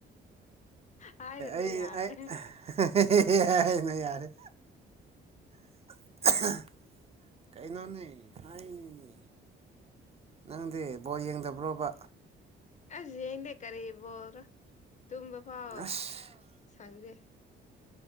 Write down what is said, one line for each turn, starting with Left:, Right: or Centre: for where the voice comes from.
Left: ꯍꯥꯏꯔꯅꯨ
Right: ꯑꯍꯥ ꯑꯍꯥ ꯑꯍꯦ
Left: ꯌꯥꯔꯦ
Right: ꯑꯦ ꯑꯩ ꯌꯥꯅ ꯌꯥꯔꯦ <inaudible> ꯀꯩꯅꯣꯅꯦ ꯍꯥꯏꯅꯤꯅꯦ ꯅꯪꯗꯤ ꯕꯣ ꯌꯦꯡꯗꯕ꯭ꯔꯣꯕ
Left: ꯑꯁ ꯌꯦꯡꯗꯦ ꯀꯔꯤꯕꯔꯤꯕꯣꯔꯣ ꯇꯨꯝꯕ ꯐꯥꯎ
Right: ꯑꯁ
Left: ꯁꯪꯗꯦ